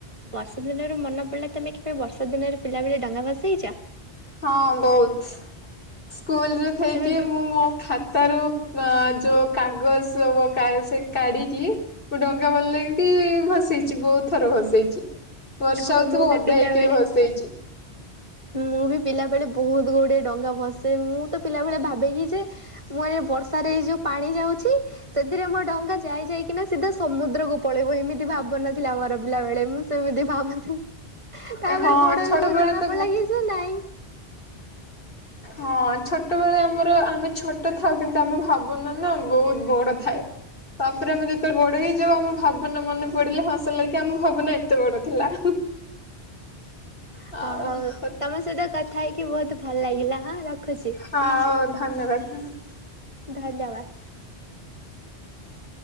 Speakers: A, on the right (about 30°); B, on the left (about 55°).
A: ବର୍ଷା ଦିନରୁ ମନେ ପଡିଲା ତମେ କିବେ ବର୍ଷା ଦିନରେ ପିଲା ବଳେ ଡଙ୍ଗା ଭସେଇଛ?
B: ହଁ ବହୁତ ସ୍କୁଲରେ ଥଇକି
A: ତମେ
B: ମୁଁ ମୋ ଖାତା ରୁ ଅ ଯୋଉ କାଗଜ ସେ କାଢିକି ମୁ ଡଙ୍ଗା ଭଲ ଲାଗକି ଭସ ହେଇଛି ବହୁତ ଥର ଭସେଇଛି ବର୍ଷା
A: ହଁ
B: ହଉଥିବ
A: ମୁଁ ବି
B: ଓ
A: ପିଲାବେଳେ
B: ଦା ହେଇକି ବି ଭସେଇ ଚି
A: ମୁଁ ବି ପିଲାବେେଳେ ବହୁତ ଗୁଡ଼ିଏ ଡଙ୍ଗା ଭସେ ମୁଁ ତ ପିଲାବେଳେ ଭାବେ କିି ଯେ ମୁଁ ଏ ବର୍ଷାରେ ଏଇ ଯେଉ ପାଣି ଯାଉଛି ସେଥିରେ ମୋ ଡଙ୍ଗା ଯାଇ ଯାଇକିନା ସିଧା ସମୁଦ୍ରକୁ ପଳେଇବ ଏମିତି ଭାବ ନଥିଲା ମୋର ପିଲାବେଳେ ମୁଁ ସେମିତି ଭାବୁଥିଲି ତାପରେ
B: ହଁ
A: ବଡ
B: ଛୋଟ
A: ଲୋକ
B: ବେଳେ
A: ଜଣା
B: ତ
A: <unintelligible> ନାଇଁ।
B: ହଁ ଛୋଟ ବେଳେ ଆମର ଆମେ ଛୋଟ ଥାଉ କିନ୍ତୁ ଆମେ ଭାବୁନ ନା ବହୁତ ବହୁତ ବଡ ଥାଏ ତାପରେ ଆମେ ଯେତେବେଳେ ବଡ ହେଇଯାଉ ଆମ ଭାବନା ମନେ ପଡିଲେ ହସ ଲାଗ କିି ଆମ ଭାବନା ଏତେ ବଡ ଥିଲା- ଆଉ
A: ହ ହଉ ତମ ସହିତ କଥା ହେଇକି ବହୁତ ଭଲ ଲାଗିଲା ହଁ ରଖୁଛି
B: ହଉ ଧନ୍ୟବାଦ। ହୁଁ।
A: ଧନ୍ୟବାଦ। <inaudible>